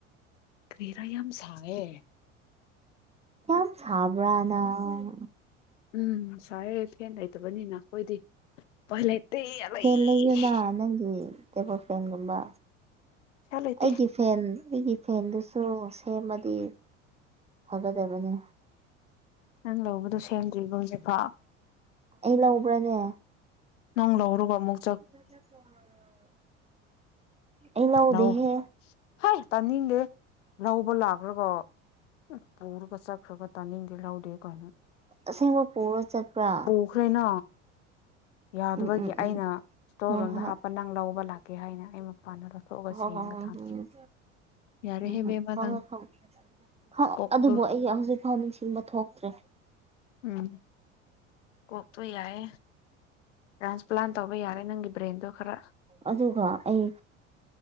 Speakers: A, on the left (about 75°); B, on the right (about 15°).
A: ꯀꯔꯤꯔ ꯌꯥꯝ ꯁꯥꯌꯦ
B: ꯌꯥꯝ ꯁꯥꯕ꯭ꯔꯥ ꯅꯪ
A: ꯎꯝ ꯁꯥꯌꯦ ꯐꯦꯟ ꯂꯩꯇꯕꯅꯤꯅ ꯑꯈꯣꯏꯗꯤ ꯎꯄꯥꯏ ꯂꯩ ꯄꯩꯁꯥ
B: ꯐꯦꯟ ꯂꯩꯌꯨꯅ ꯅꯪꯒꯤ ꯇꯦꯕꯜ ꯐꯦꯟꯒꯨꯝꯕ
A: ꯂꯩꯇꯦ
B: ꯑꯩꯒꯤ ꯐꯦꯟ ꯑꯩꯒꯤ ꯐꯦꯟꯗꯨꯁꯨ ꯁꯦꯝꯃꯗꯤ ꯐꯒꯗꯕꯅꯦ
A: ꯅꯪ ꯂꯧꯕꯗꯣ ꯁꯦꯝꯗ꯭ꯔꯤꯕꯣ ꯍꯧꯖꯤꯛ ꯐꯥꯎ
B: ꯑꯩ ꯂꯧꯕ꯭ꯔꯥꯅꯦ
A: ꯅꯪ ꯂꯧꯔꯒ ꯑꯃꯨꯛ
B: <inaudible> ꯑꯩ ꯂꯧꯗꯦꯍꯦ
A: ꯂꯥꯎ ꯍꯦ ꯇꯥꯅꯤꯡꯗꯦ ꯂꯧꯕ ꯂꯥꯛꯔꯒ ꯄꯨꯔꯒ ꯆꯠꯈ꯭ꯔꯒ ꯇꯥꯅꯤꯡꯗꯦ ꯂꯧꯗꯦ ꯀꯥꯏꯅ
B: ꯑꯁꯦꯡꯕ ꯄꯨꯔ ꯆꯠꯄ꯭ꯔꯥ
A: ꯄꯨꯈ꯭ꯔꯦꯅ ꯌꯥꯗꯕꯒꯤ
B: ꯎꯝ ꯎꯝ
A: ꯑꯩꯅ
B: ꯎꯝ
A: ꯏꯁꯇꯣꯔ
B: ꯍꯣꯏ
A: ꯔꯨꯝꯗ
B: ꯍꯣꯏ
A: ꯍꯥꯞꯄ ꯅꯪ ꯂꯧꯕ ꯂꯥꯛ ꯀꯦ ꯍꯥꯏꯅ ꯑꯩ ꯃꯄꯥꯟꯗ ꯂꯧꯊꯣꯛꯑꯒ
B: ꯍꯣ
A: ꯁꯦꯡꯒ
B: ꯍꯣ ꯎꯝ
A: ꯊꯝ ꯌꯥꯔꯦꯍꯦ
B: ꯎꯝ
A: ꯕꯦꯝꯃ
B: ꯎꯝ
A: ꯅꯪ
B: ꯍꯣꯏ ꯍꯣꯏ
A: ꯀꯣꯛꯇꯣ
B: ꯑꯗꯨꯕꯨ ꯑꯩ ꯍꯧꯖꯤꯛꯐꯥꯎ ꯅꯤꯡꯁꯤꯡꯕ ꯊꯣꯛ ꯇ꯭ꯔꯦ
A: ꯎꯝ ꯀꯣꯛꯇꯣ ꯌꯥꯏꯌꯦ ꯇ꯭ꯔꯥꯟꯁꯄ꯭ꯂꯥꯟ ꯇꯧꯕ ꯌꯥꯔꯦ ꯅꯪꯒꯤ ꯕ꯭ꯔꯦꯟꯗꯣ ꯈꯔ
B: ꯑꯗꯨꯒ ꯑꯩ